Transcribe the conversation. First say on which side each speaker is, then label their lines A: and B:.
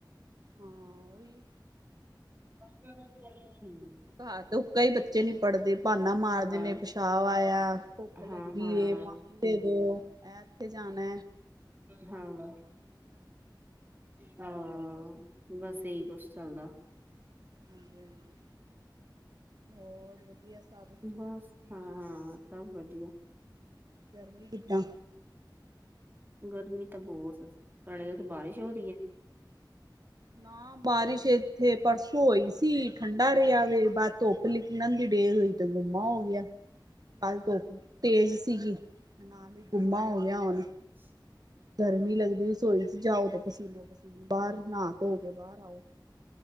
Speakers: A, on the right; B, on the right.
A: ਹਾਂ ਉਹੀ
B: ਹਮ <inaudible>
A: ਘਾਰ ਤੇ ਉਕਾ ਹੀ ਬੱਚੇ ਨੀ ਪੜ੍ਹਦੇ ਬਾਨਾ ਮਾਰਦੇ
B: ਆ
A: ਨੇ ਪਿਸ਼ਾਬ ਆਇਆ ਭੁੱਖ ਲੱਗੀ
B: ਹਾਂ ਹਾਂ
A: ਏ, ਪਾਣੀ ਦੇ ਦੋ ਇਹ ਇੱਥੇ ਜਾਣਾ ਹੈ
B: ਹਾਂ ਹਾਂ ਬਸ ਇਹੀ ਕੁਛ ਚੱਲਦਾ
A: ਹਾਂਜੀ ਹਾਂਜੀ ਹੋਰ ਵਧੀਆ ਸਭ
B: ਬਸ ਹਾਂ ਸਭ ਵਧੀਆ
A: ਗਰਮੀ ਕਿੱਦਾਂ
B: ਗਰਮੀ ਤੇ ਬਹੁਤ ਐ, ਤੁਹਾਡੇ ਉਥੇ ਬਾਰਿਸ਼ ਹੋ ਰਹੀ ਹੈ
A: ਨਾ ਬਾਰਿਸ਼ ਏ ਇੱਥੇ ਪਰਸੋਂ ਹੋਈ ਸੀ, ਠੰਡਾ ਰਿਹਾ ਵਵੇ ਬਾਦ ਧੁੱਪ ਲਿਕਣ ਦੀ ਡੇਰ ਹੋਈ ਤੇ ਗੁੰਮਾ ਹੋ ਗਿਆ
B: ਹਮ
A: ਕੱਲ ਧੁੱਪ ਤੇਜ਼ ਸੀਗੀ, ਨਾਲ ਹੀ ਗੁੰਮਾ ਹੋ ਗਿਆ ਹੁਣ
B: ਹੱ <unintelligible>
A: ਗਰਮੀ ਲੱਗਦੀ, ਰਸੋਈ ਜਾਓ ਤੇ ਪਸੀਨੋ ਪਸੀਨੇ ਬਾਹਰ ਨਾ ਧੋ ਕੇ ਬਾਹਰ ਆਓ